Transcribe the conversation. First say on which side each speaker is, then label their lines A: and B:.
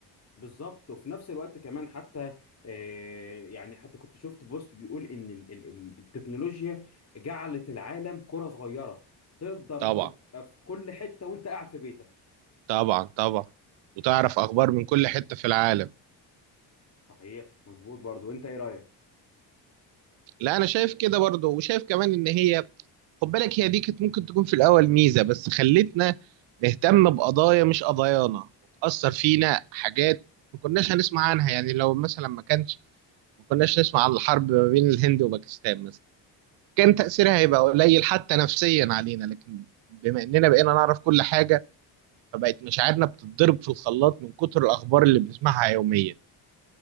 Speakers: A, on the left; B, on the right.
A: بالظبط وفي نفس الوقت كمان حتى آه، يعني حتى كنت شفت بوست بيقول ان ال- ال- ال- التكنولوجيا جعلت العالم كرة صغيرة تقدر
B: طبعا
A: تبقى في كل حتة وانت قاعد في بيتك
B: طبعا طبعا وتعرف اخبار من كل حته في العالم
A: صحيح مظبوط برضو انت ايه رأيك
B: لا انا شايف كده برضه وشايف كمان ان هي خد بالك هي دي كانت ممكن تكون في الاول ميزه بس خلتنا نهتم بقضايا مش قضايانا وتاثر فينا حاجات ما كناش هنسمع عنها يعني لو مثلا ما كانش ما كناش نسمع عن الحرب ما بين الهند وباكستان مثلا، كان تأثيرها هيبقى قليل حتى نفسيا علينا لكن بما إننا بقينا نعرف كل حاجة فبقت مشاعرنا بتتضرب في الخلاط من كتر الأخبار اللي بنسمعها يوميا